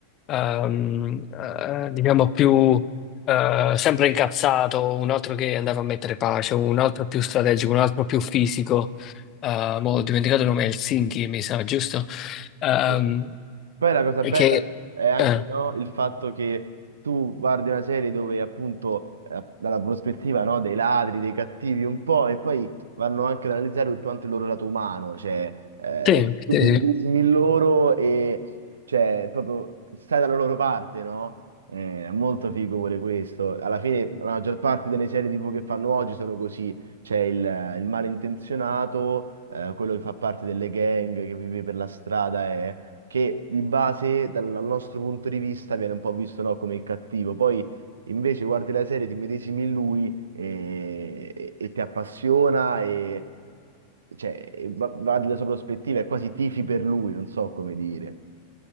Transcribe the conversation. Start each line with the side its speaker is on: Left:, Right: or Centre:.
Left: ehm, eh, diciamo più eh, sempre incazzato, un altro che andava a mettere pace, un altro più strategico, un altro più fisico. eh, mo ho dimenticato il nome, Helsinki, mi sa, giusto? Ehm,
Right: Sì. Poi la cosa bella
Left: che,
Right: è anche
Left: eh,
Right: no, il fatto che tu guardi una serie dove appunto eh, dalla prospettiva no, dei ladri, dei cattivi un po' e poi vanno anche ad analizzare tutto quanto il loro lato umano, cioè eh,
Left: Sì,
Right: tutti
Left: sì, sì.
Right: i medesimi in loro e cioè proprio stai dalla loro parte, no? Eh, È molto figo pure questo. Alla fine la maggior parte delle serie TV che fanno oggi sono così, C'è il, il malintenzionato, eh, quello che fa parte delle gang, che vive per la strada, è, che di base, dal nostro punto di vista, viene un po' visto, no, come il cattivo. Poi invece guardi la serie, ti medesimi in lui e, e- e ti appassiona e cioè, e va, va della sua prospettiva, è quasi tifi per lui, non so come dire.